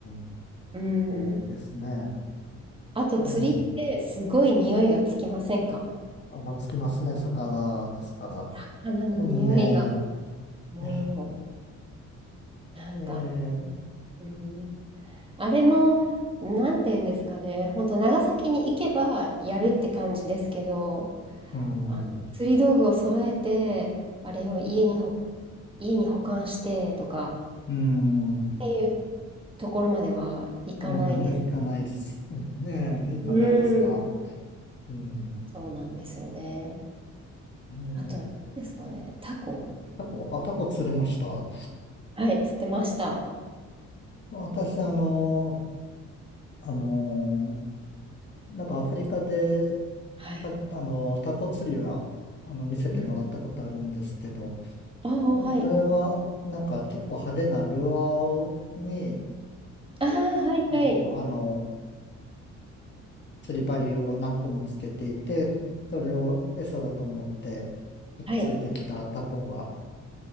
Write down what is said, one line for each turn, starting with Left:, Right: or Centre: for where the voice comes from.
Left: ん、
Right: うん。
Left: そうですね。
Right: あと釣りってすごい匂いがつきませんか
Left: ええ、あんまあつきますね、魚ですから。
Right: 魚の匂いが。
Left: うんね
Right: も
Left: え、
Right: う、なんか、
Left: ええ、
Right: うん。あれも、なんて言うんですかね。本当長崎に行けばやるって感じですけど、
Left: うん、
Right: あの、釣り道具を揃えて、あれを家にほ、家に保管してとか、
Left: うん、
Right: っていうところまではいかないです。
Left: なんか、なんかないですね。ねえ、行かないですか。
Right: うん。
Left: うん、
Right: そうなんですよね。
Left: ええ、
Right: あとは何ですかね。タコ
Left: タコ、あ、タコ釣れました
Right: はい、釣ってました。
Left: 私、あの、あの、なんかアフリカで、
Right: はい。
Left: たあの、タコ釣りは、あの、見せてもらったことあるんですけど、
Right: うん。ああ、
Left: あれは、
Right: はい。
Left: なんか結構派手なルアーをに、
Right: ああ、はいはい。
Left: うん、あの、釣り針を何個もつけていて、それを餌だと思って、くっついてきたタコが、
Right: はい。